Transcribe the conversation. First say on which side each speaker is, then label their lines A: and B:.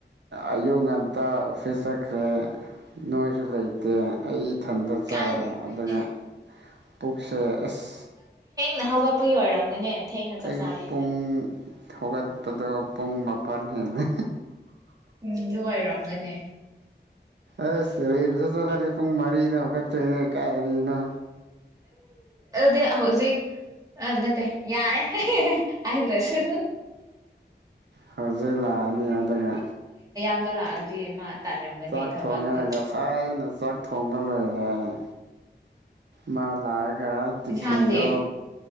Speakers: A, on the right; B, on the right.
A: ꯑꯌꯨꯛ ꯉꯟꯇꯥ ꯑꯣꯐꯤꯁ ꯆꯠꯈ꯭ꯔꯦ ꯅꯣꯏꯁꯨ ꯂꯩꯇꯦ ꯑꯩ ꯏꯊꯟꯇ ꯆꯥꯔꯦ
B: ꯀꯥꯏꯗꯦ ꯀꯥꯏꯗꯦ
A: ꯑꯗꯨꯒ ꯄꯨꯛꯁꯦ ꯑꯁ
B: ꯅ ꯍꯧꯒꯠꯄꯒꯤ ꯑꯣꯏꯔꯝꯒꯅꯦ ꯊꯦꯡꯅ ꯆꯥꯛ
A: ꯑꯩ
B: ꯆꯥꯔꯤꯗꯣ
A: ꯄꯨꯡ ꯍꯧꯒꯠꯄꯗꯣ ꯄꯨꯡ ꯃꯥꯄꯜ ꯍꯦꯜꯂꯦ
B: ꯎꯝ ꯑꯗꯨꯅ ꯑꯣꯏꯔꯑꯝꯒꯅꯦ
A: ꯑꯁ ꯔꯤꯝꯁꯇꯒ ꯆꯠꯂꯗꯤ ꯄꯨꯡ ꯃꯔꯤꯗ ꯍꯧꯒꯠꯇꯣꯏꯅꯦ ꯀꯥꯏꯗꯩꯅꯣ
B: ꯗꯤ ꯍꯧꯖꯤꯛ ꯑ ꯅꯠꯇꯦ ꯌꯥꯔꯦ ꯍꯥꯏ꯭ꯗꯔꯁꯨ
A: ꯍꯧꯖꯤꯛ ꯂꯥꯛꯑꯅꯤ ꯑꯗꯨꯒ
B: ꯑꯝꯕ ꯂꯥꯛꯑꯗꯤ ꯃꯥ ꯇꯥꯟꯔꯝꯒꯅꯤ
A: ꯆꯥꯛ
B: ꯊꯕꯛꯇꯨ
A: ꯊꯣꯡꯉꯦ ꯉꯁꯥꯏꯅ ꯆꯥꯛ ꯊꯣꯡꯕ ꯕ ꯂꯣꯏꯔꯦ ꯃꯥ ꯂꯥꯛꯑꯥ ꯇꯤꯐꯤꯟꯗꯣ
B: ꯏꯟꯁꯥꯡꯗꯤ